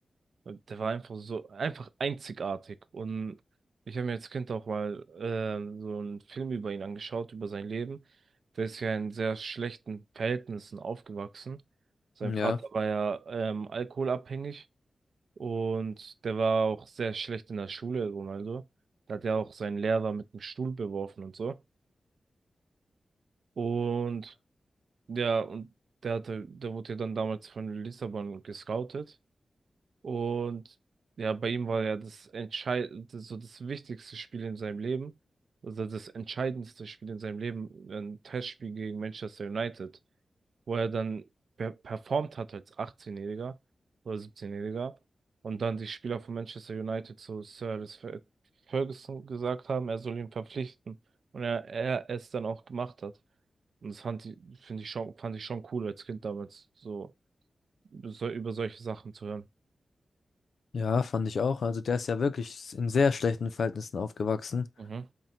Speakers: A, on the right (about 65°); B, on the left (about 75°).
A: Der war einfach so, einfach einzigartig. Und ich habe mir als Kind auch mal ähm, so einen Film über ihn angeschaut, über sein Leben. Der ist ja in sehr schlechten Verhältnissen aufgewachsen. Sein
B: ja.
A: Vater war ja ähm, alkoholabhängig und der war auch sehr schlecht in der Schule, Ronaldo. Da hat ja auch seinen Lehrer mit dem Stuhl beworfen und so. Und ja, und der hatte, der wurde ja dann damals von Lissabon gescoutet. Und ja, bei ihm war ja das entscheid, so das wichtigste Spiel in seinem Leben, also das entscheidendste Spiel in seinem Leben, ein Testspiel gegen Manchester United. wo er dann per performt hat als 18-Jähriger oder 17-Jähriger und dann die Spieler von Manchester United zu Sir Alex Fer- Ferguson gesagt haben, er soll ihn verpflichten und er, er es dann auch gemacht hat. Und das fand ich, finde ich schon, fand ich schon cool als Kind damals, so, so über solche Sachen zu hören.
B: Ja, fand ich auch. Also der ist ja wirklich in sehr schlechten Verhältnissen aufgewachsen.
A: Mhm.